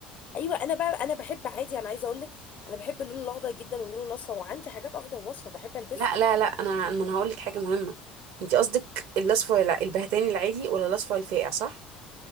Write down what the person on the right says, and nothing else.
لا لا لا انا ما انا هقول لك حاجه مهمه انت قصدك الاصفر الع- البهتاني العادي ولا الاصفر الفاقع صح